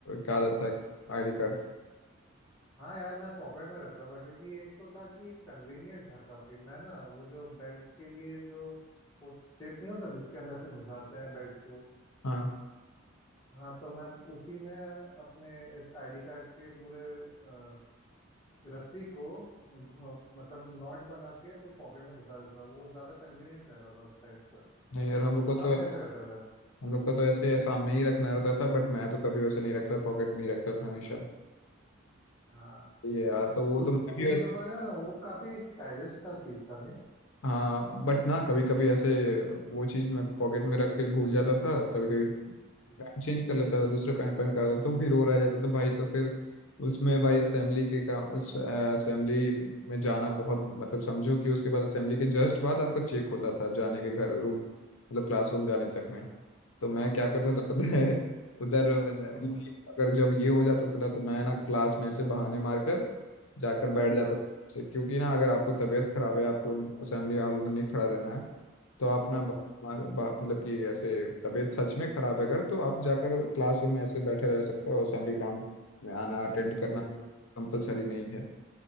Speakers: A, on the left; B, on the left.
A: का आदत था आईडी कार्ड
B: हाँ यार मैं पॉकेट में रखता था क्योंकि एक तो था कि एक कन्वीनियंट था काफी मैं ना वो जो बेल्ट के लिए जो वो स्ट्रिप नहीं होता जिसके अंदर से घुसाते हैं बेल्ट को
A: हाँ
B: हाँ तो मैं उसी में अपने इस आईडी कार्ड के पूरे अ, रस्सी को घु- मतलब नॉट बना के फिर पॉकेट में घुसा देता था वो ज्यादा कन्वीनियंट रहता था उस टाइम से
A: नहीं यार हम लोग को तो
B: आप कैसे करते थे
A: हम लोग को तो ऐसे सामने ही रखना रहता था बट मैं तो कभी वैसे नहीं रखता पॉकेट में ही रखता था हमेशा
B: हाँ
A: ये यार तो वो तो
B: उस
A: मैं भी
B: उस
A: वैसे
B: जमाने में ना वो काफी एक स्टाइलिश सा चीज था नहीं
A: हाँ बट ना कभी कभी ऐसे वो चीज़ मैं पॉकेट में रख के भूल जाता था कभी कभी
B: जी
A: पैंट चेंज कर लेता था दूसरा पैंट पहन कर आता था, तो फिर वो रह जाता था भाई तो फिर उसमें भाई असेंबली के का असेंबली में जाना बहुत मतलब समझो कि उसके बाद असेंबली के जस्ट बाद आपका चेक होता था जाने के घर रूम मतलब क्लासरूम जाने तक
B: अच्छा
A: में तो मैं क्या करता था पता है उधर
B: हम्म
A: अगर
B: हम्म,
A: जब ये हो जाता था ना तो मैं ना क्लास में ऐसे बहाने मारकर जाकर बैठ जाता
B: हाँ
A: से क्योंकि ना अगर आपको तबीयत खराब है आपको असेंबली हॉल में नहीं खड़ा रहना है तो आप ना
B: हाँ
A: बा- मार बा- मतलब कि ऐसे तबीयत सच में खराब है अगर तो आप जाकर क्लासरूम में ऐसे बैठे रह सकते हो और असेंबली ग्राउंड में आना अटेंड करना
B: जी जी
A: कंपलसरी नहीं है